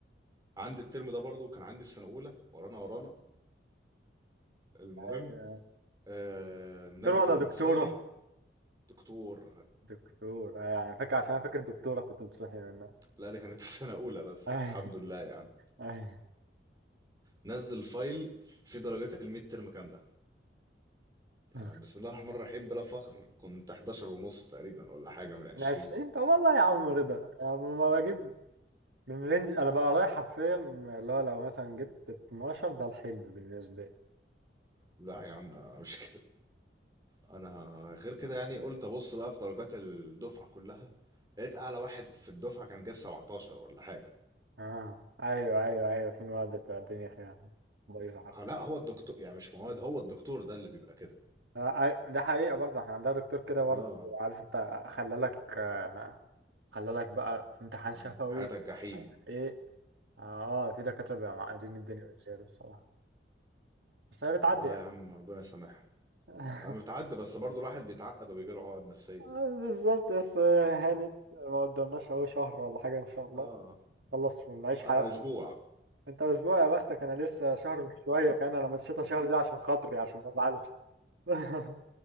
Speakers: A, on the right (about 20°); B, on the right (about 80°).
A: عندي الترم ده برضو كان عندي في سنة أولى ورانا ورانا المهم
B: أيوة.
A: آه منزل
B: دكتور ولا دكتورة
A: فايل دكتور
B: دكتور آه، يعني فاكر عشان أنا فاكر دكتورة كنت بتصحي منها
A: لا ده كانت <laughs> في سنة أولى بس
B: آه،
A: الحمد لله يعني
B: آه.
A: نزل فايل فيه درجات الميد ترم كاملة يعني
B: <laughs>
A: بسم الله الرحمن الرحيم بلا فخر كنت 11 ونص تقريبا ولا حاجة من 20
B: من 20 طب والله يا عم رضا يعني ما بجيب من رينج انا بقى رايح حرفيا اللي هو لو مثلا جبت 12 ده الحلم بالنسبة لي
A: لا يا عم انا مش كده انا غير كده يعني قلت ابص بقى في درجات الدفعة كلها لقيت اعلى واحد في الدفعة كان جاب 17 ولا حاجة
B: اه ايوه ايوه ايوه في مواد بتبقى الدنيا فيها بايظة حرفيا
A: ها، لا هو الدكتور يعني مش مواد هو الدكتور ده اللي بيبقى كده
B: آه، أي- ده حقيقة برضه احنا عندنا دكتور كده برضه
A: اه
B: عارف انت خلالك آه، خلالك بقى في امتحان
A: اه
B: شفوي
A: حياتك جحيم
B: مش عارف ايه اه آه، في دكاترة بيبقوا معقدين الدنيا بزيادة الصراحة بس هي بتعدي
A: والله
B: يعني
A: يا عم ربنا يسامحهم
B: <laughs>
A: انا بتعدي بس برضه الواحد بيتعقد وبيجيله عقد نفسية
B: آه، بالظبط بس آه، هانت ما قدامناش اهو شهر ولا حاجة ان شاء الله
A: اه
B: خلص ونعيش حياتنا
A: انا اسبوع
B: انت اسبوع يا بختك انا لسه شهر شوية كمان انا مشيت شهر دي عشان خاطري عشان ما ازعلش <laughs>